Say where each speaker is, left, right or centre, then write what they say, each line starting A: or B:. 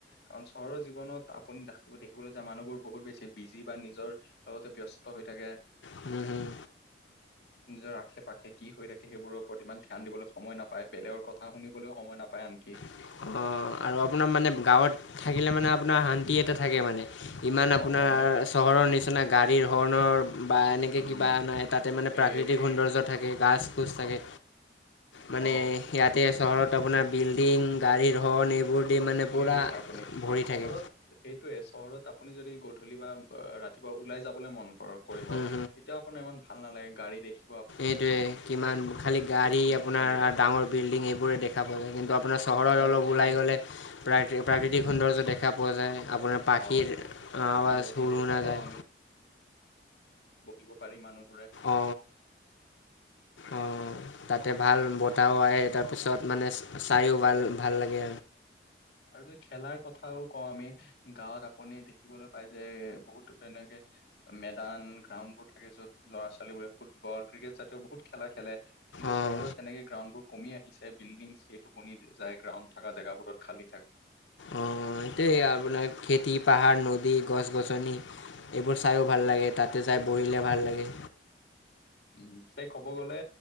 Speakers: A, on the left (about 60°); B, on the left (about 80°).
A: কাৰণ চহৰৰ জীৱনত আপুনি দেখিবলৈ যায় মানুহবোৰ বহুত বেছি বিজি বা নিজৰ। লগতে ব্যস্ত হৈ থাকে।
B: হুম হুম।
A: নিজৰ আশে পাশে কি হৈ থাকে সেইবোৰৰ ওপৰত ইমান ধ্যান দিবলৈ সময় নাপায় বেলেগৰ কথা শুনিবলৈও সময় ন। নাপায় আনকি।
B: অ আৰু আপোনাৰ মানে গাঁৱত থাকিলে মানে আপোনাৰ শান্তি এটা থাকে মানে। ইমান
A: অ
B: আপোনাৰ
A: মনৰ
B: চহৰৰ নিচিনা গাড়ীৰ হৰ্ণৰ বা এনেকে
A: উম
B: কিবা নাই তাতে মানে। প্ৰাকৃতিক
A: এই
B: সৌন্দৰ্য থাকে। গছ খোজ থাকে। মানে
A: অ
B: ইয়াতে চহৰত আপোনাৰ বিল্ডিং। গাড়ীৰ হৰন এইবোৰ। দি মানে
A: ঠিকে
B: পুৰা
A: কৈছে আপুনি
B: ভৰি
A: চহৰত
B: থাকে।
A: সেইটোয়ে চহৰত আপুনি যদি। গধূলি বা ৰাতিপুৱা ওলাই যাবলৈ মন কৰক কৰিব,
B: হুম
A: তেতিয়াও আপোনাৰ ইমান ভাল নালাগে গাড়ী দেখি।
B: এইটোয়ে কিমান খালি গাড়ী
A: বিল্ডিং
B: আপোনাৰ
A: অট্টালিকা
B: ডাঙৰ বিল্ডিং এইবোৰে দেখা পায় কিন্তু আপোনাৰ। চহৰত
A: গাঁও
B: অলপ
A: তেতিয়া
B: ওলাই
A: গ'ল
B: গ'লে প্ৰাকৃ প্ৰাকৃতিক সৌন্দৰ্য দেখা পোৱা যায়। আপোনাৰ পাখিৰ
A: অ
B: আৱাজ
A: নদী
B: শুুৰ
A: দেখা
B: শুনা
A: পাওঁ
B: যায়।
A: দিব পাৰি মানুহ।
B: অ অ তাতে ভাল বতাহ ও আহে তাৰ পিছত। মানে চায়ো ভাল ভাল লাগে।
A: আৰু যে খেলাৰ কথাও কওঁ আমি গাঁৱত আপুনি দেখিবলৈ পাই যে বহুত এনেকে। মেদান গ্ৰাউণ্ড বোৰ থাকে য'ত ল'ৰা ছোৱালী বোৰে ফুটবল ক্ৰিকেট জাতীয় বহুত খেলা খেলে। কিন্তু
B: অঁ
A: চহৰত তেনেকে গ্ৰাউণ্ড বোৰ কমি আহিছে। বিল্ডিং সেইটো বনি যায় গ্ৰাউণ্ড থকা জেগাবোৰত খালী থাক।
B: অ এটোয়েই আপোনাৰ খেতি, পাহাৰ, নদী, গছ গছনি। এইবোৰ চাইও ভাল লাগে, তাতে যাই বহিলে ভাল লাগে।
A: উ <unintelligible> উম তাই ক'ব গ'লে